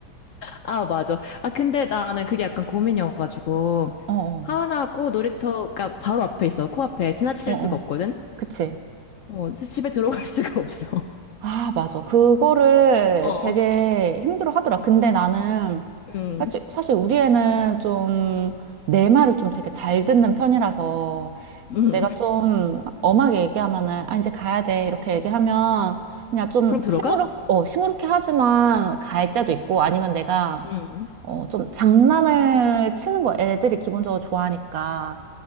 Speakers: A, on the left; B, on the right.
A: 아, 맞아. 아, 근데 나는 그게 약간 고민이어가지고,
B: 어, 어,
A: 하원하고 놀이터가 바로 앞에 있어. 코앞에. 지나칠
B: 어, 어.
A: 수가 없거든?
B: 그치?
A: 어, 그래서 집에 들어갈 수가 없어.
B: 아, 맞아. 그거를
A: <laughs> 어,
B: 되게 힘들어 하더라. 근데 나는
A: 음,
B: 사실, 사실 우리 애는 좀 내 말을 좀 되게 잘 듣는 편이라서
A: 음.
B: 내가 좀 엄하게 얘기하면은 아, 이제 가야 돼. 이렇게 얘기하면 그냥 좀
A: 그럼 들어가?
B: 시무룩, 어, 시무룩해 하지만 갈 때도 있고 아니면 내가
A: 음,
B: 어, 좀 장난을 치는 거 애들이 기본적으로 좋아하니까